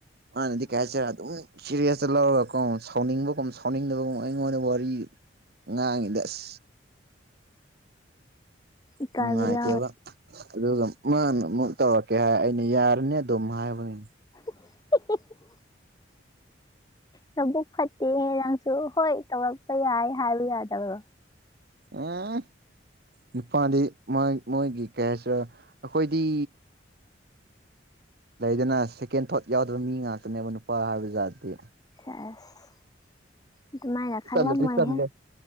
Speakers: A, on the right; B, on the left.
A: ꯃꯥꯅꯗꯤ ꯀꯩ ꯍꯥꯏꯁꯤꯔ ꯑꯗꯨꯝ ꯁꯦꯔꯤꯁꯇ ꯂꯧꯔꯒꯀꯣ ꯁꯥꯎꯅꯤꯡꯕꯒꯨꯝ ꯁꯥꯎꯅꯤꯡꯗꯕꯒꯨꯝ ꯑꯩꯉꯣꯟꯗ ꯋꯥꯔꯤ ꯉꯥꯡꯉꯤꯗꯣ ꯑꯁ
B: ꯏꯀꯥꯏꯕ
A: ꯅꯨꯡꯉꯥꯏꯇꯦꯕ
B: ꯌꯥꯎꯋꯦ
A: ꯑꯗꯨꯒ ꯃꯥꯅ ꯑꯃꯨꯛ ꯇꯧꯔꯛꯀꯦ ꯍꯥꯏ ꯑꯩꯅ ꯌꯥꯔꯅꯤ ꯑꯗꯨꯝ ꯍꯥꯏꯕꯅꯤ
B: <unintelligible> ꯅꯕꯨꯛ ꯐꯠꯇꯦꯍꯦ ꯅꯪꯁꯨ ꯍꯣꯏ ꯇꯧꯔꯛꯄ ꯌꯥꯏ ꯍꯥꯏꯌꯨ ꯌꯥꯗꯕ꯭ꯔꯣ
A: ꯑꯦ ꯅꯨꯄꯥꯗꯤ ꯃꯣꯏꯒꯤ ꯀꯩ ꯍꯥꯏꯁꯤꯔ ꯑꯩꯈꯣꯏꯗꯤ ꯂꯩꯗꯅ ꯁꯦꯀꯦꯟ ꯊꯣꯠ ꯌꯥꯎꯗꯕ ꯃꯤ ꯉꯥꯛꯇꯅꯦꯕ ꯅꯨꯄꯥ ꯍꯥꯏꯕ ꯖꯥꯠꯇꯤ
B: <unintelligible> ꯑꯗꯨꯃꯥꯏꯅ ꯈꯜꯂꯝꯃꯣꯏꯍꯦ
A: ꯆꯜꯂꯗꯤ ꯆꯜꯂꯦ